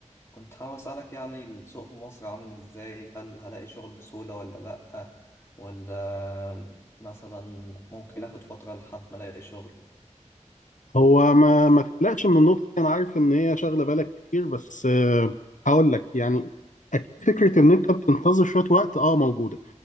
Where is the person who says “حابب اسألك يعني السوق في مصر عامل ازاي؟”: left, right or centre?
Left